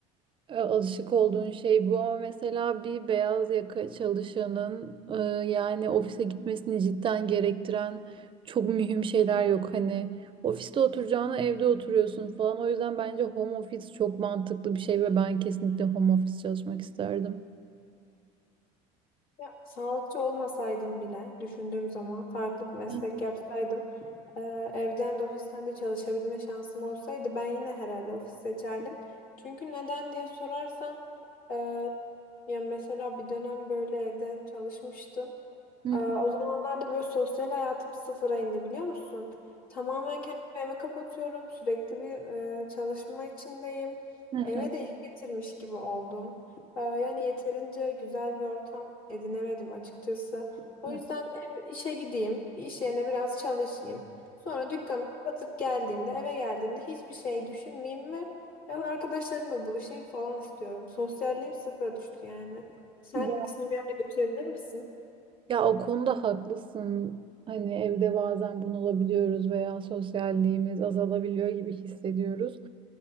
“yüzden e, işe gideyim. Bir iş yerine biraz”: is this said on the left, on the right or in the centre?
Left